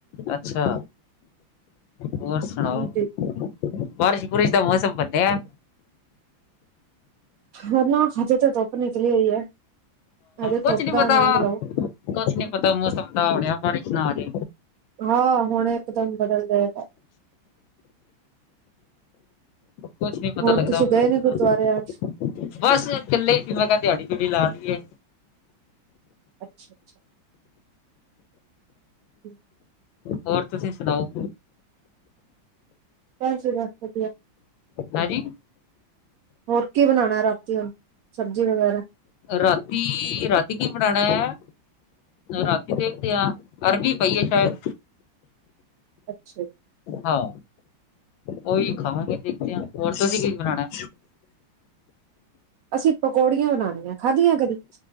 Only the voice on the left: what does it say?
ਅੱਛਾ। ਹੋਰ ਸੁਣਾਓ?
ਬਾਰਿਸ਼ ਬੁਰਿਸ਼ ਦਾ ਮੌਸਮ ਬਣਿਆ ਹੈ?
ਕੁਛ
ਨੀ
ਪਤਾ
ਕੁਛ ਨੀ ਪਤਾ ਮੌਸਮ ਦਾ ਹੋਣਿਆ ਬਾਰਿਸ਼ ਤਾਂ ਆ ਗਈ।
ਕੁਛ ਨੀ ਪਤਾ
ਲੱਗਦਾ
ਮਸੌਮ
ਦਾ
ਬਸ ਇਕੱਲੇ ਸੀ ਮੈਂ ਕਿਹਾ ਦਿਹਾੜੀ ਦਿਹਾੜੁ ਲਾ। ਕੀ ਏ?
ਹੋਰ ਤੁਸੀਂ ਸੁਣਾਓ?
ਹਾਂਜੀ।
ਰਾਤੀ- ਰਾਤੀ। ਤੁਸੀਂ ਕੀ ਬਣਾਣਾ ਐ? ਰਾਤੀ ਦੇਖਦੇ ਆ ਅਰਬੀ ਪਈਏ ਸ਼ਾਇਦ।
ਹਾਂ ਉਹੀ ਖਾਵਾਂਗੇ ਦੇਖਦਿਆਂ, ਹੋਰ ਤੁਸੀਂ ਕੀ ਬਣਾਣਾ।